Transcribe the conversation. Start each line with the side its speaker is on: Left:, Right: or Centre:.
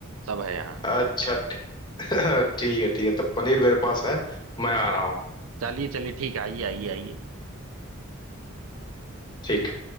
Right: सब है यहाँ
Left: अच्छा ठी- <laughs> ठीक है ठीक है तब पनीर मेरे पास है मैं आ रहा हूँ
Right: चलिए चलिए ठीक है आइए आइए आइए
Left: ठीक है